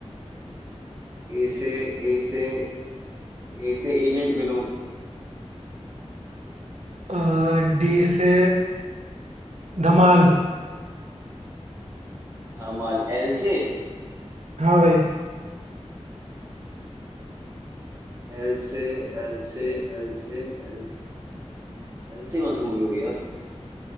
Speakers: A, on the right; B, on the right.
A: ए से ए से ए से एजेंट विनोद
B: अ, डी से धमाल
A: धामाल एल से
B: हाँ भाई
A: एल से एल से एल से एल से एल से कौन सी मूवी होगी यार